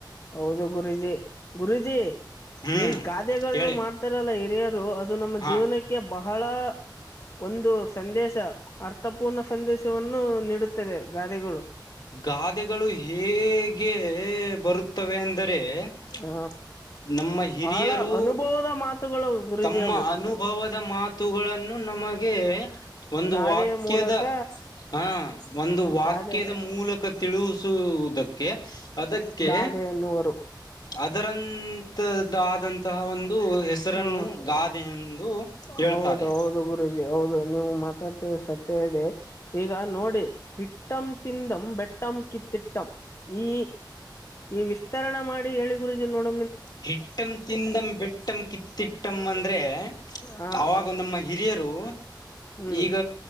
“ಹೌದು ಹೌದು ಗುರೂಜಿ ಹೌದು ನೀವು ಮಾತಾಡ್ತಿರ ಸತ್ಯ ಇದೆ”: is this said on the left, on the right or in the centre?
Left